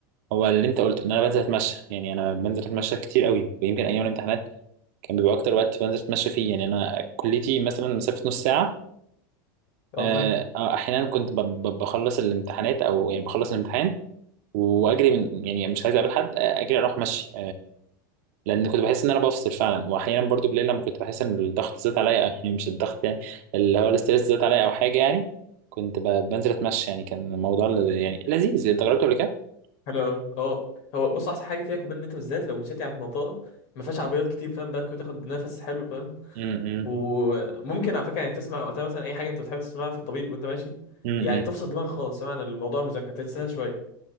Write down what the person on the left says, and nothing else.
اه
فاهم
حلو قوي اه هو بص احسن حاجه فيها كمان ان انت بالذات لو مشيت يعني في منطقه ما فيهاش عربيات كتير فاهم بقى كنت تاخد نفس حلو فاهم
وممكن على فكره يعني تسمع وقتها مثلا اي حاجه انت بتحب تسمعها في الطريق وانت ماشي
يعني تفصل دماغك خالص سواء عن الموضوع المذاكره تنساها شويه